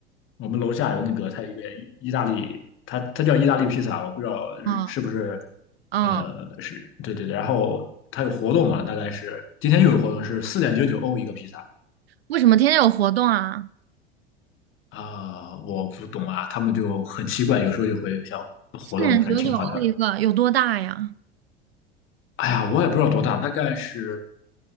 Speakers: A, on the left (about 40°); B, on the right (about 65°).
A: 我们楼下有那个，它有一个意大利，它它叫意大利披萨，我不知道是不是，
B: 啊，啊，
A: 呃，是对对对，然后它有活动嘛，大概是今天又有活动，是四点九九欧一个披萨
B: 为什么天天有活动啊？
A: 啊，我不懂啊，他们就很奇怪，有时候就会有像活动还是挺好的，
B: 四点九九欧一个，有多大呀？
A: 哎呀，我也不知道多大，大概是，